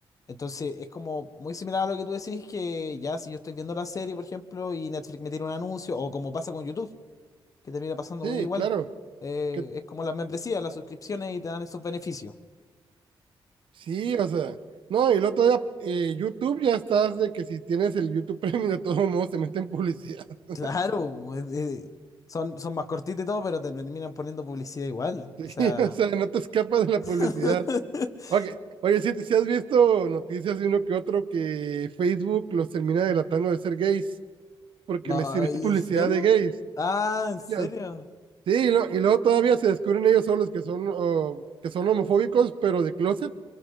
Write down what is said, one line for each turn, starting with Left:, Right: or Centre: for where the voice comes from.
Left: Entonces es como muy similar a lo que tú decís que ya si yo estoy viendo la serie, por ejemplo, y Netflix me tira un anuncio, o como pasa con YouTube, que termina pasando
Right: Sí,
Left: muy igual.
Right: claro.
Left: eh,
Right: Que,
Left: es como las membresías, las suscripciones y te dan esos beneficios. <laughs>
Right: sí, o sea. No, y el otro día, eh, YouTube ya estás de que si tienes el YouTube <laughs> Premium, de todos modos te meten publicidad. <laughs>
Left: Claro, es- es- son, son más cortitos y todo, pero te terminan poniendo publicidad igual.
Right: Sí,
Left: O sea,
Right: o sea, no te escapas de la publicidad.
Left: <laughs>
Right: Ok, Oye, si, si has visto noticias de uno que otro que Facebook los termina delatando de ser gays porque
Left: no,
Right: les sirve
Left: ¿y
Right: <laughs> publicidad
Left: en serio?
Right: de gays.
Left: Ah, ¿en serio?
Right: Ya, Sí, y, lo- y luego todavía se descubren ellos solos que son, oh, que son homofóbicos, pero de closet,